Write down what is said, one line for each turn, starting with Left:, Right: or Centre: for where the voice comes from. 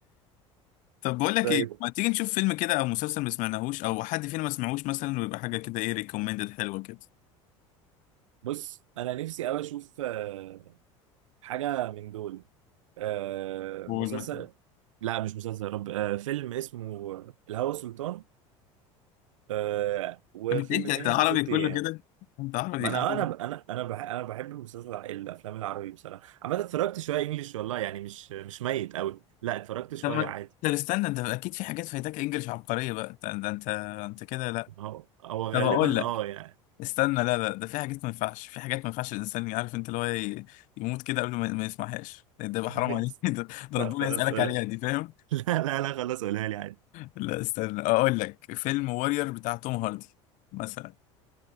Left: <laughs> طب بقول لك
Right: طيب
Left: ايه ما تيجي نشوف فيلم كده او مسلسل ما سمعناهوش او حد فينا ما سمعوش مثلا ويبقى حاجة كده ايه ريكومندد حلوة كده
Right: بص انا نفسي قوي اشوف آه، حاجة من دول آه،
Left: قول
Right: مسلسل
Left: مثلا
Right: لا مش مسلسل يا رب آه، فيلم اسمه الهوى سلطان آه، وفيلم
Left: طب انت انت
Right: تاني
Left: أنت عربي
Right: اسمه ست
Left: كله
Right: ايام
Left: كده انت عربي
Right: ما انا
Left: عربي
Right: آه، انا انا انا بح- انا بحب المسلسل الافلام العربي بصراحه عامه اتفرجت شويه انجليش والله يعني مش مش ميت قوي لا اتفرجت شويه
Left: طب ما
Right: عادي
Left: طب استنى انت اكيد في حاجات فايتاك انجلش عبقرية بقى ده ده انت انت كده لا
Right: هو هو غالبا
Left: طب اقول لك
Right: اه يعني
Left: استنى لا لا ده في حاجات ما ينفعش في حاجات ما ينفعش الانسان عارف انت اللي هو ي- يموت كده قبل ما ما يسمعهاش ده ده يبقى
Right: <laughs>
Left: حرام
Right: بيحصل.
Left: عليك <laughs> ده, ده
Right: لا
Left: ربنا
Right: خلاص
Left: يسألك
Right: قولها
Left: عليها
Right: <laughs>
Left: دي فاهم
Right: لا لا لا خلاص قولها لي عادي
Left: لا استنى اقول لك فيلم وورير بتاع توم هاردي مثلا